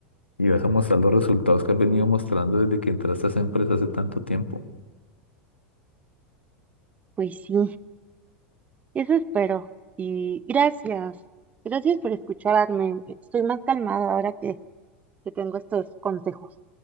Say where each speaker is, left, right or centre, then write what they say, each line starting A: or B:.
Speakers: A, on the left (about 85°); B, on the right (about 25°).
A: y vas a mostrar los resultados que has venido mostrando desde que entraste a esa empresa hace tanto tiempo.
B: Pues sí, eso espero. Y gracias, gracias por escucharme. Estoy más calmada ahora que, que tengo estos consejos.